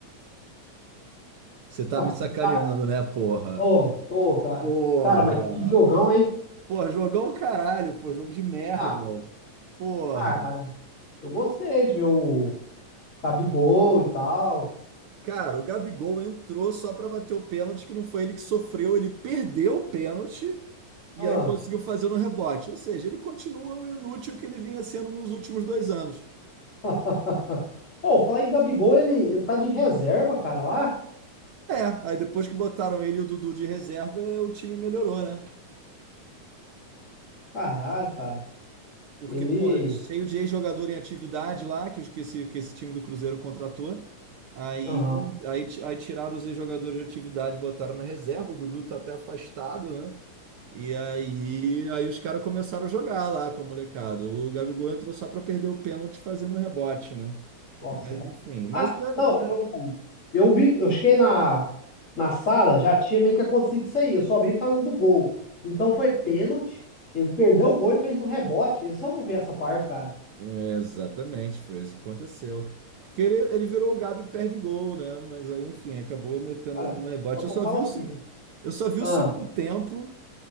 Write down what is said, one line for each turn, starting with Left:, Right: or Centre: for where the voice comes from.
Right: Você tá
Left: <laughs>
Right: me sacaneando, né, porra?
Left: Tô, tô, cara.
Right: Porra!
Left: Cara, mas que jogão, hein?
Right: Pô, jogão o caralho, pô, jogo de merda.
Left: Ah,
Right: Porra.
Left: ah, cara, eu gostei de ver o Gabigol e tal.
Right: Cara, o Gabigol entrou só pra bater o pênalti, que não foi ele que sofreu, ele perdeu o pênalti e
Left: Ah.
Right: aí conseguiu fazer no rebote. Ou seja, ele continua o inútil que ele vinha sendo nos últimos dois anos.
Left: <laughs> Ô, falar em Gabigol, ele, ele tá de reserva, cara, lá?
Right: É, aí depois que botaram ele e o Dudu de reserva, eh, o time melhorou, né?
Left: Caralho, cara.
Right: Porque,
Left: Ele.
Right: porra, cheio de ex-jogador em atividade lá, que, os- que, esse, que esse time do Cruzeiro contratou. Aí,
Left: Aham.
Right: aí, ti- aí tiraram os ex-jogadores de atividade, botaram na reserva. O Dudu tá até afastado, né? E aí, aí os caras começaram a jogar lá com a molecada. O Gabigol entrou só para perder o pênalti fazendo um rebote, né?
Left: Nossa,
Right: Mas
Left: cara.
Right: enfim, mas
Left: Ah,
Right: né,
Left: não,
Right: né,
Left: eu, eu vi, eu cheguei na, na sala, já tinha meio que acontecido isso aí. Eu só vi falando do gol. Então foi pênalti. Ele perdeu o gol e fez no rebote. Eu só não vi essa parte, cara.
Right: Exatamente, foi isso que aconteceu. Porque ele, ele virou o Gabi perde gol, né? Mas aí, enfim, acabou metendo
Left: Cara,
Right: lá no rebote.
Left: só que
Right: Eu só
Left: eu falo
Right: vi o,
Left: assim.
Right: se- eu só vi
Left: Ah,
Right: o segundo tempo,